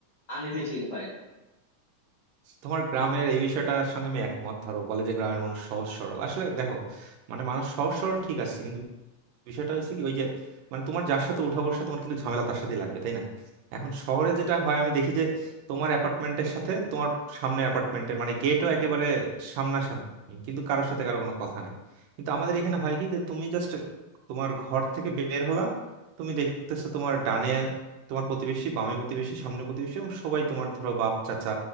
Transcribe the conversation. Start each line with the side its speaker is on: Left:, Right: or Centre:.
Left: আনইজি ফিল হয়
Right: তোমার গ্রামের এই বিষয়টার সঙ্গে আমি একমত ধরো বলে যে গ্রামের মানুষ সহজ সরল আসলে দেখো মানে মানুষ সহজ সরল ঠিক আছে কিন্তু বিষয়টা হয়েছে কি ওই যে মানে তোমার যার সাথে উঠা বসা তোমার কিন্তু ঝামেলা তার সাথেই লাগবে তাই না এখন শহরে যেটা হয় আমি দেখি যে তোমার অ্যাপার্টমেন্টের সাথে তোমার সামনে অ্যাপার্টমেন্টের মানে গেটও একেবারে সামনাসামনি কিন্তু কারোর সাথে কারো কোনো কথা নেই কিন্তু আমাদের এখানে হয় কি যে তুমি জাস্ট তোমার ঘর থেকে বের হলা তুমি দেখতেছো তোমার ডানে তোমার প্রতিবেশী বামে প্রতিবেশী সামনে প্রতিবেশী এবং সবাই তোমার ধরো বাপ চাচা